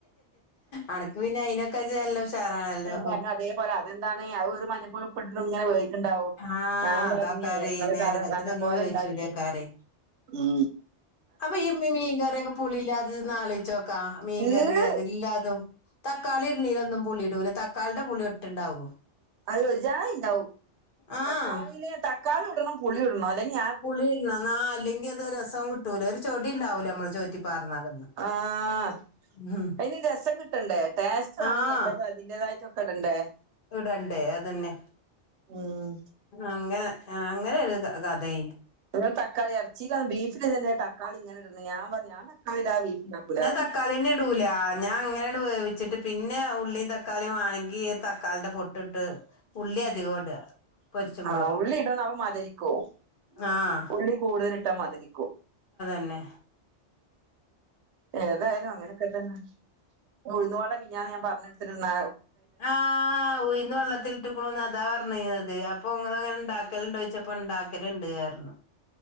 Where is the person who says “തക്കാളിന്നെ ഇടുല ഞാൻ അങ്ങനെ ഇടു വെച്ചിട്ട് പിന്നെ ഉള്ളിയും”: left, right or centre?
Left